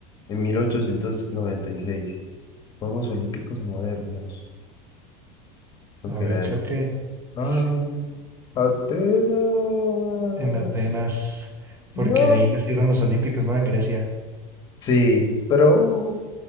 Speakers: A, on the left; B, on the right.
A: en mil ochocientos noventa y seis Juegos Olímpicos modernos. ¿Lo
B: A
A: que
B: ver,
A: era
B: creo
A: eso?
B: que
A: Ah,
B: sí,
A: Atenas.
B: en Atenas, porque
A: No.
B: ahí nacieron los Olímpicos, ¿no? En Grecia.
A: Sí, pero uh,